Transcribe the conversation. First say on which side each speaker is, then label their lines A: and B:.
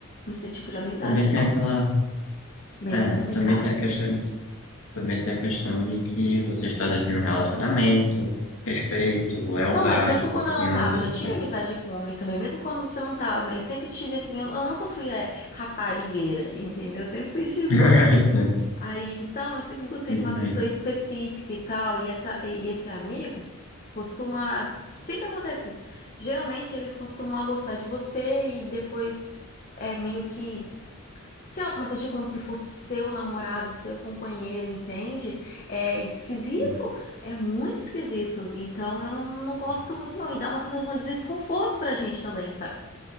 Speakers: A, on the left; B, on the left.
A: nesse tipo de amizade
B: Também tem
A: não.
B: aquela.
A: Meio complicado.
B: É, também tem a questão de, também tem a questão de que você está dentro de um relacionamento, respeito, lealdade,
A: Não, mas mesmo
B: confiança,
A: quando eu não tava, eu já tive
B: sabe?
A: amizade com homem também, mesmo quando você não tava. E sempre tive assim, eu, eu nunca fui é, raparigueira, entendeu? Eu sempre fui de boa.
B: <laughs>
A: Aí, então, eu sempre gostei
B: Entendo
A: de uma
B: entendo
A: pessoa
B: bem.
A: específica e tal, e essa e esse amigo costuma, sempre acontece isso. Geralmente eles costumam a gostar de você e depois é meio que se ela começa a agir como se fosse seu namorado, seu companheiro, entende? É esquisito,
B: Sim,
A: é muito esquisito. Então eu não, não
B: sim,
A: gosto muito, não. E dá uma sensação de desconforto pra gente também, sabe?